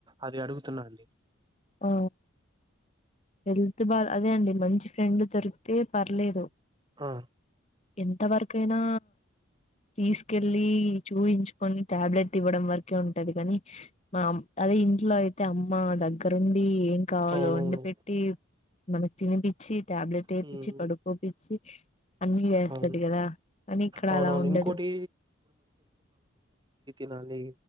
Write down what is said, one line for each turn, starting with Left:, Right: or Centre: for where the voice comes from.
Right: అది అడుగుతున్నా అండి
Left: ఆ హెల్త్ బాగా అదే అండి మంచి ఫ్రెండ్ దొరికితే పర్లేదు
Right: ఆ
Left: ఎంతవరకైనా తీసుకెళ్ళి చూయించుకుని టాబ్లెట్ ఇవ్వడం వరకే ఉంటది కాని మామ్ అదే ఇంట్లో అయితే అమ్మ దగ్ దగ్గరుండి ఏంకావాలో
Right: అవునవును
Left: వండిపెట్టీ మనకి తినిపిచ్చి టాబ్లెట్ ఏపించి
Right: హ్మ్
Left: పడుకోపిచ్చి అన్నీ చేస్తది
Right: అవును
Left: గదా కని ఇక్కడ
Right: అవునవును
Left: అలా ఉండదు
Right: ఇంకోటి కాని